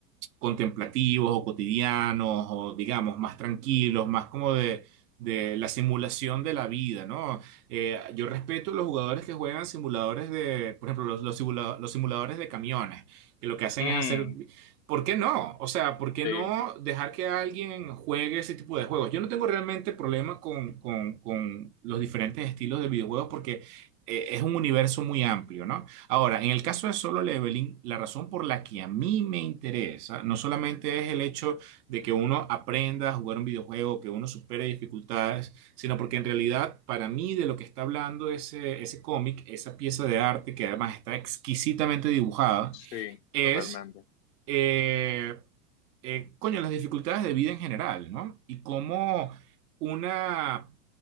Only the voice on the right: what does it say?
contemplativos o cotidianos o digamos más tranquilos, más como de, de la simulación de la vida, ¿no? Eh, yo respeto los jugadores que juegan simuladores de, por ejemplo, los los simula- los simuladores de camiones que lo que hacen
es hacer ¿Por qué no? O sea, ¿por qué
no dejar que alguien juegue ese tipo de juegos? Yo no tengo realmente problema con, con- con los diferentes estilos de videojuegos porque eh, es un universo muy amplio, ¿no? Ahora, en el caso de Solo Leveling, la razón por la que a mí me interesa no solamente es el hecho de que uno aprenda a jugar un videojuego, que uno supere dificultades, sino porque en realidad para mí de lo que está hablando ese, ese cómic, esa pieza de arte que además está exquisitamente dibujada,
es,
eh, eh, coño, las dificultades de vida en general, ¿no? Y cómo una